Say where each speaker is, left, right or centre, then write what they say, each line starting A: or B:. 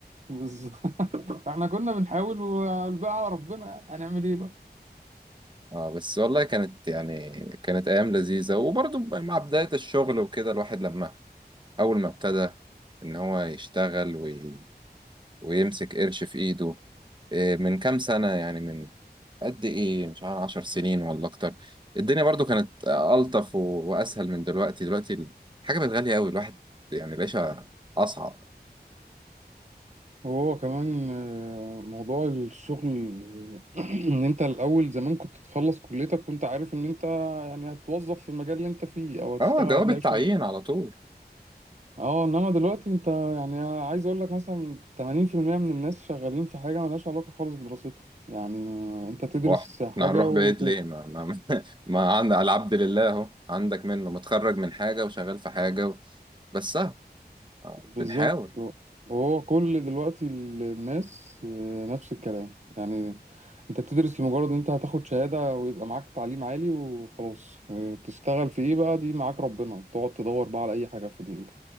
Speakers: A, on the right (about 45°); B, on the right (about 25°).
A: بالظبط <laughs> احنا كنا بنحاول والباقي على ربنا يعني هنعمل ايه بقى
B: <laughs> اه بس والله كانت يعني كانت ايام لذيذه وبرضه مع بدايه الشغل وكده الواحد لما اول ما ابتدى ان هو يشتغل وي... ويمسك قرش في ايده إيه، من كام سنه يعني من قد ايه مش عارف 10 سنين ولا اكتر الدنيا برضو كانت الطف و... واسهل من دلوقتي دلوقتي الحاجه بقت غاليه قوي الواحد يعني العيشه اصعب
A: وهو كمان آه، موضوع الشغل <clears throat> ان انت الاول زمان كنت تخلص كليتك كنت عارف ان انت يعني هتتوظف في المجال اللي انت فيه او هتشتغل
B: اه جواب
A: هتلاقي
B: التعيين
A: شغل
B: على طول
A: اه انما دلوقتي انت يعني عايز اقول لك مثلا 80% من الناس شغالين في حاجة ملهاش علاقة خالص بدراستها يعني ما- انت تدرس
B: هو احنا
A: حاجة
B: هنروح
A: و
B: بعيد ليه ما ما ما, <laughs> ما عند على العبد لله اهو عندك منه متخرج من حاجه وشغال في حاجه و... بس اه آه،
A: بالظبط
B: بنحاول
A: هو كل دلوقتي ال- الناس آه، نفس الكلام يعني انت بتدرس لمجرد ان انت هتاخد شهادة ويبقى معاك تعليم عالي وخلاص آه، تشتغل في ايه بقى دي معاك ربنا تقعد تدور بقى على اي حاجة في ال-